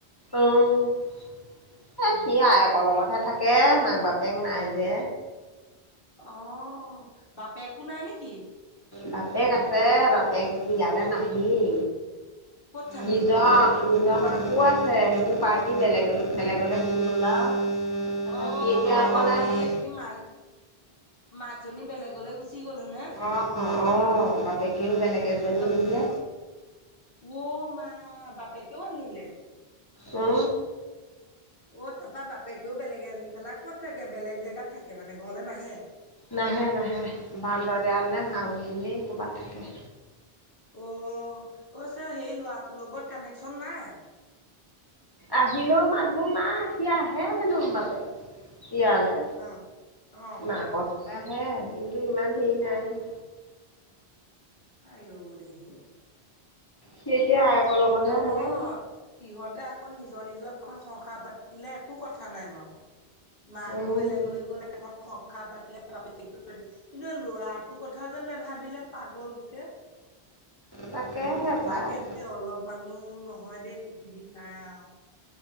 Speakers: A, on the left; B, on the left.
A: উম এ
B: অ
A: সি আইয়েকৰ লগতহে থাকে মাক বাপেক নাই যে
B: অহ বাপেকো নাই নেকি
A: বাপেক আছে বাপেক ইয়ালে নাহেই
B: ক'ত থাকে
A: নিজৰ
B: ক'বাত
A: নিজৰ মাকো আছে সেইবোৰ পাৰটি বেলেগ বেলেগলে গুছি গ'ল আও তাৰপৰা
B: অ
A: সি এতিয়া অকলে
B: চোৱা হেৰি
A: থাকে
B: এইটো কি মাক মাক জনী বেলেগলৈ গুচি গ'ল হয়নে
A: অহ অহ বাপেকেও বেলেগ এজনী
B: ত
A: আনিলে
B: অ মা বাপেকেও আনিলে
A: অ
B: অ তাৰপা বাপেকেও বেলেগে আনি পেলাই কত থাকে বেলেগ জেগাত থাকে মানে ঘৰলৈ নাহে
A: নাহে নাহে বান্দৰ দিয়া নে হাঁহ কিনি ক'ৰবাত থাকে
B: অহ অহ চাই সেই লৰাটোৰ লগত কানেকচন নাই
A: আহিলেও মাত বোল নাই সি আহে হেনো বাপেক ইয়ালে
B: অ অ
A: মাকৰ ফালে আহে কিন্তু ইমান হেৰি নাই সি
B: আইয়ো দেহি
A: সি এতিয়া আইয়েকৰ লগতহে
B: নহয়
A: থাকে
B: সিহঁতে আকৌ নিজৰ নিজৰ এখন সংসাৰ পাতিলে একো কথা নাই বাৰু মাকো
A: উম,
B: বেলেগলৈ গ'ল এখন সংসাৰ পাতিলে বাপেকে কিন্তু ল'ৰাটোৰ কথা যে নেভাবিলে পাগল বুকে।
A: তাকেহে
B: সচাকে
A: পায়
B: দেই অলপ মানুহ নহয় দেই। পৃথিৱীত নাই আও